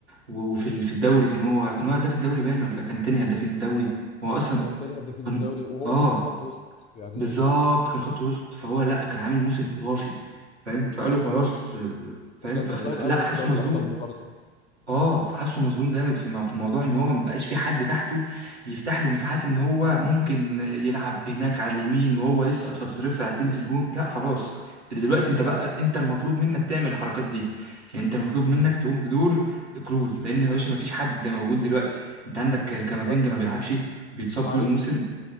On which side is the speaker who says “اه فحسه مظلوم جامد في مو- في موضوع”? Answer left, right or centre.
Right